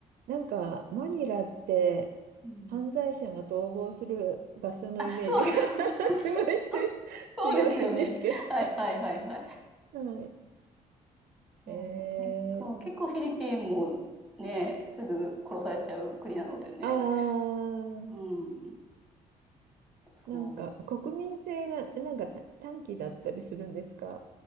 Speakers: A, on the right; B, in the centre.
A: なんか、マニラって、
B: うん
A: 犯罪者が逃亡する場所のイメージが
B: あ、そうそうそうそう。
A: <laughs> すごいつ強いんですけど。
B: そうですよね。はいはいはいはい。
A: はい。え
B: そうねそう、
A: ー、
B: 結構フィリピンもね、すぐ殺されちゃう国なのでね。
A: あー、
B: うん、そ
A: なんか、国民性が、なんか短期だったりするんですか